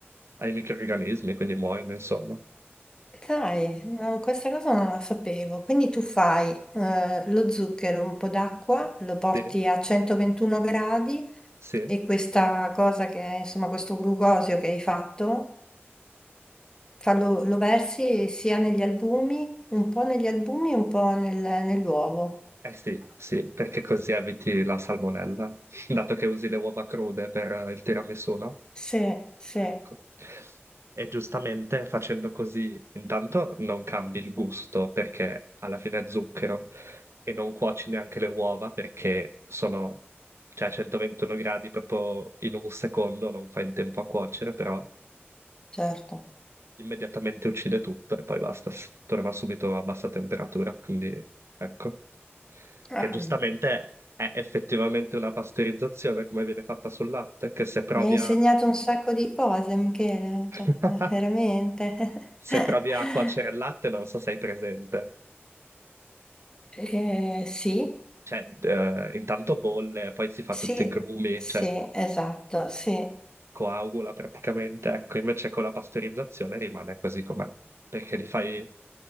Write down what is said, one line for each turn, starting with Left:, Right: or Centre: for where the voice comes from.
Right: ai microrganismi, quindi muoiono, insomma.
Left: Dai, no, questa cosa non la sapevo. Quindi tu fai eh, lo zucchero, un po' d'acqua, lo porti
Right: Sì,
Left: a 121 gradi
Right: sì.
Left: e questa cosa che è, insomma, questo glucosio che hai fatto, fallo- lo versi sia negli albumi, un po' negli albumi e un po' nel- nell'uovo.
Right: Eh sì, sì, perché così eviti la salmonella, <laughs> dato che usi le uova crude per eh, il tiramisù, no?
Left: Sì, sì,
Right: Ecco. E giustamente facendo così, intanto non cambi il gusto perché alla fine è zucchero e non cuoci neanche le uova perché sono, cioè, a 121 gradi proprio in un secondo, non fai in tempo a cuocere, però
Left: certo.
Right: immediatamente uccide tutto e poi basta, s- torna subito a bassa temperatura, quindi ecco
Left: Ah,
Right: che giustamente è effettivamente una pastorizzazione come viene fatta sul latte, che se provi
Left: Mi hai insegnato
Right: a...
Left: un sacco di cose, Michele,
Right: <laughs>
Left: cioè, eh, veramente.
Right: se
Left: <laughs>
Right: provi a cuocere il latte non so se hai presente.
Left: Eh, sì.
Right: Cioè, eh, intanto bolle, poi si fa
Left: Sì,
Right: tutti i grumi,
Left: sì,
Right: cioè
Left: esatto, sì,
Right: coagula praticamente, ecco, invece con la pastorizzazione rimane così com'è, perché li fai,